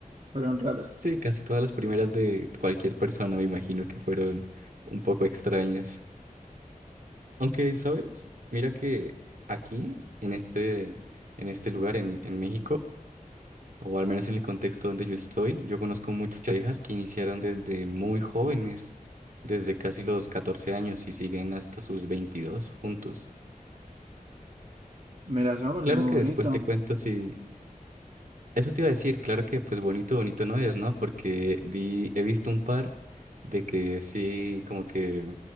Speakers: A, on the right; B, on the right.
A: fueron raras.
B: Sí, casi todas las primeras de cualquier persona me imagino que fueron un poco extrañas. Aunque, ¿sabes? Mira que aquí, en este, en este lugar, en, en México, o al menos en el contexto donde yo estoy, yo conozco muchas parejas que iniciaron desde muy jóvenes, desde casi los 14 años y siguen hasta sus 22 juntos.
A: Mira, eso me parece
B: Claro
A: muy
B: que
A: bonito.
B: después te cuento si, Eso te iba a decir, claro que pues bonito, bonito no es, ¿no? Porque vi, he visto un par de que sí, como que